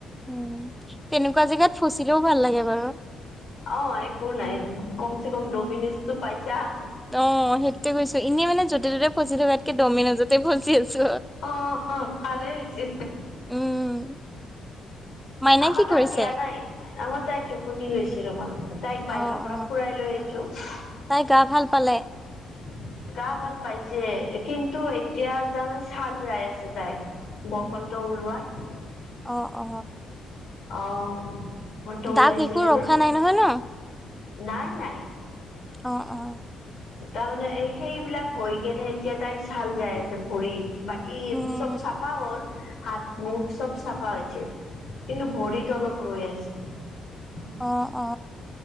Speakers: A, in the centre; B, on the left.
A: উ তেনেকুৱা জেগাত ফচিলেও ভাল লাগে বাৰু
B: অ একো নাই কম চে কম ডমিনিজ টো পাইছা
A: অ সেইটোয়ে গৈছো এনেই মানে যতে ত'তে ফচি থকাতকে দমিনজতেই ফচি আছো
B: অ ভালেই হৈছে
A: উম। মাইনাই
B: আমাৰ
A: কি
B: তাত
A: কৰিছে?
B: দিয়া নাই আমাৰ তাই টোপনি গৈছে ৰবা তাইক বাহিৰৰ
A: অ অ
B: পৰা ফুৰাই লৈ আহিছো
A: তাই গা ভাল পালে
B: গা ভাল পাইছে কিন্তু এতিয়া তাৰমানানে ছাল যাই আছে তাই বসন্ত ুলোৱাই
A: অ অ
B: অ মনটো ওলাইছিলে
A: দাগ একো ৰখা
B: যে
A: নাই নহয় ন?
B: নাই নাই
A: অ অ
B: তাৰমানে এই সেইবিলাক হৈ কেনে এতিয়া তাই চাল যাই আছে ভৰিত বাকী
A: উম
B: চব চাফা হ'ল হাত মুখ চব চাফা হৈছে কিন্তু ভৰিত অলপ ৰৈ আছে
A: অ অ